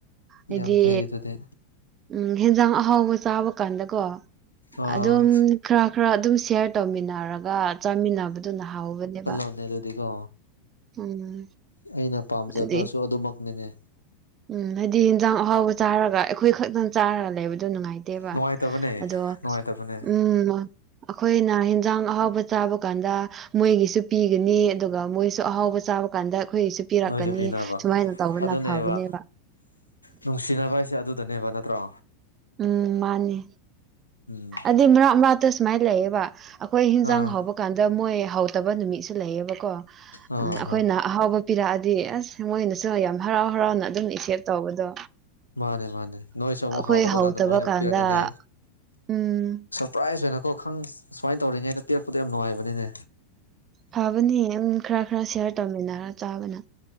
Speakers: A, on the right (about 30°); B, on the left (about 80°).
A: ꯑꯩꯗꯤ
B: ꯌꯥꯝ ꯐꯩ ꯑꯗꯨꯗꯤ
A: ꯎꯝ ꯍꯦꯟꯖꯥꯡ ꯑꯍꯥꯎꯕ ꯆꯥꯕ ꯀꯥꯟꯗꯀꯣ
B: ꯑꯥ
A: ꯑꯗꯨꯝ ꯈꯔ ꯈꯔ ꯑꯗꯨꯝ ꯁꯌꯔ ꯇꯧꯃꯤꯟꯅꯔꯒ ꯆꯥꯃꯤꯟꯅꯕꯗꯨꯅ ꯍꯥꯎꯕꯅꯦꯕ
B: ꯐꯅꯦ ꯑꯗꯨꯗꯤꯀꯣ
A: ꯎꯝ
B: ꯑꯩꯅ ꯄꯥꯝꯖꯕꯁꯨ
A: ꯑꯗꯤ
B: ꯑꯗꯨꯃꯛꯅꯤꯅꯦ
A: ꯎꯝ ꯍꯥꯏꯗꯤ ꯌꯦꯟꯖꯥꯡ ꯑꯍꯥꯎꯕ ꯆꯥꯔꯒ ꯑꯩꯈꯣꯏ ꯈꯛꯇꯪ ꯆꯥꯔꯒ ꯂꯩꯕꯗꯣ ꯅꯨꯡꯉꯥꯏꯇꯦ ꯇꯦꯕ
B: ꯅꯨꯡꯉꯥꯏꯇꯕꯅꯦ
A: ꯑꯗꯣ
B: ꯅꯨꯡꯉꯥꯏꯇꯕꯅꯦ
A: ꯎꯝ ꯑꯩꯈꯣꯏꯅ ꯌꯦꯟꯖꯥꯡ ꯑꯍꯥꯎꯕ ꯆꯥꯕ ꯀꯥꯟꯗ ꯃꯣꯏꯒꯤꯁꯨ ꯄꯤꯒꯅꯤ ꯑꯗꯨꯒ ꯃꯣꯏꯁꯨ ꯑꯍꯥꯎꯕ ꯆꯥꯕ ꯀꯥꯟꯗ ꯑꯩꯈꯣꯏꯒꯤꯁꯨ ꯄꯤꯔꯛꯀꯅꯤ
B: ꯅꯣꯏꯁꯨ ꯄꯤꯅꯕ
A: ꯁꯨꯃꯥꯏꯅ ꯇꯧꯕꯅ
B: ꯑꯗꯨꯅꯦꯕ
A: ꯐꯕꯅꯦ
B: ꯅꯨꯡꯁꯤꯅꯕ ꯍꯥꯏꯁꯦ ꯑꯗꯨꯗꯅꯦꯕ ꯅꯠꯇ꯭ꯔꯣ
A: ꯎꯝ ꯃꯥꯅꯦ
B: ꯎꯝ
A: ꯍꯥꯏꯗꯤ ꯃꯔꯥ ꯃꯔꯥꯇ ꯁꯨꯃꯥꯏꯅ ꯂꯩꯌꯦꯕ ꯑꯩꯈꯣꯏ ꯍꯤꯟꯖꯥꯡ
B: ꯑꯥ
A: ꯍꯧꯕ ꯀꯥꯟꯗ ꯃꯣꯏ ꯍꯧꯗꯕ ꯅꯨꯃꯤꯠꯁꯨ ꯂꯩꯌꯦꯕ ꯀꯣ ꯎ
B: ꯑꯥ
A: ꯑꯩꯈꯣꯏꯅ
B: ꯑꯥ
A: ꯑꯍꯥꯎꯕ ꯄꯤꯔꯛꯑꯗꯤ ꯑꯁ ꯃꯣꯏꯅꯁꯨ ꯌꯥꯝ ꯍꯔꯥꯎ ꯍꯔꯥꯎꯅ ꯑꯗꯨꯝ ꯏꯦꯞ ꯇꯧꯕꯗꯣ
B: ꯃꯥꯅꯦ ꯃꯥꯅꯦ ꯅꯣꯏꯁꯨ ꯑꯃꯨꯛ
A: ꯑꯩꯈꯣꯏ
B: ꯍꯥꯎꯗꯕ
A: ꯍꯧꯇꯕ
B: ꯀꯥꯟꯗ ꯃꯣꯏꯅ ꯑꯃꯨꯛ
A: ꯀꯥꯟꯗ
B: ꯄꯤꯔꯛꯀꯅꯤ
A: ꯎꯝ
B: ꯄ꯭ꯔꯥꯏꯖ ꯑꯣꯏꯅꯀꯣ ꯈꯪ ꯁꯨꯃꯥꯏꯅ ꯇꯧꯔꯤꯉꯩꯗ ꯄꯤꯔꯛꯄꯗ ꯌꯥꯝ ꯅꯨꯡꯉꯥꯏꯕꯅꯤꯅꯦ
A: ꯐꯕꯅꯤ ꯑꯗꯨꯝ ꯈꯔ ꯈꯔ ꯁꯤꯦꯌꯥꯔ ꯇꯧꯃꯤꯟꯅꯔ ꯆꯥꯕꯅ